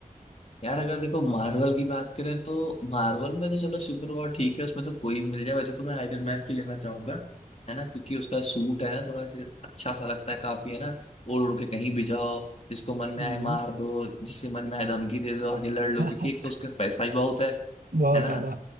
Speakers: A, on the left (about 45°); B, on the right (about 80°).
A: यार अगर देखो मार्वल की बात करें तो मार्वल में तो चलो सुपर वॉर ठीक है उसमें तो कोई भी मिल जाए वैसे तो मैं आयरन मैन की लेना चाहूंगा है ना क्योंकि उसका सूट है ना थोड़ा सा अच्छा सा लगता है काफी है ना ओढ़ उड़ के कहीं भी जाओ जिसको मन में
B: हम्म
A: आए मार दो जिससे मन में आए धमकी दे दो आगे लड़ लो
B: <laughs>
A: क्योंकि एक तो उसका पैसा ही बहुत है
B: बहुत
A: है ना
B: ज्यादा